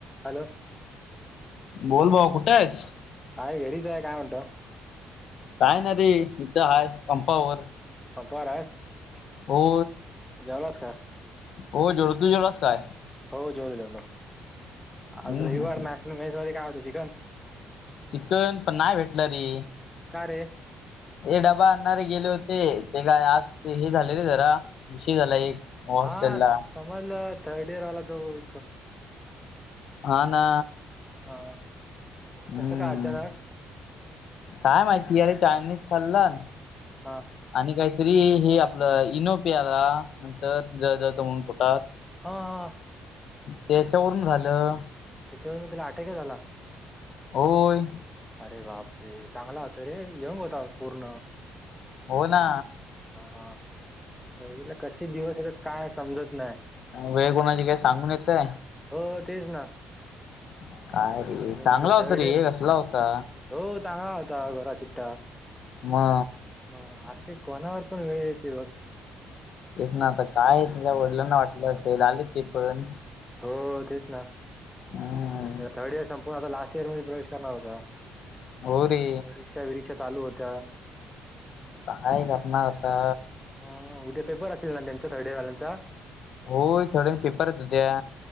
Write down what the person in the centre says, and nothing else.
Hello.
हाय घरीच आहे, काय म्हणतो.
पंपावर हाईस.
जेवलास कां?
हो जेवलो जेवलो
आज रविवार
म मेस मध्ये काय होतं चिकन.
का रे.
हा समजलं, थर्ड इयर वाला तो एक.
हा,
कसं का अचानक.
हा.
हा हा.
त्यांच्यावर तेला अटॅकच आला.
अरे बाप रे चांगला होता रे यंग होता पूर्ण.
हा, आयला कसे दिवस येतात, काय समजत नाही.
हो तेच ना.
आणि त्यांची
थर्ड
इयर
हो चांगला होता गोरा चिट्टा
मग असे कोणावर पण वेळ येते बघ.
तेच
ना
हा
हो तेच ना.
थर्ड इयर संपून आता लास्ट इयर मध्ये प्रवेश करणार होता.
परीक्षा विरीक्षा चालू होत्या.
म उद्या पेपर असेल ना त्यांचा थर्ड इयर वाल्यांचा.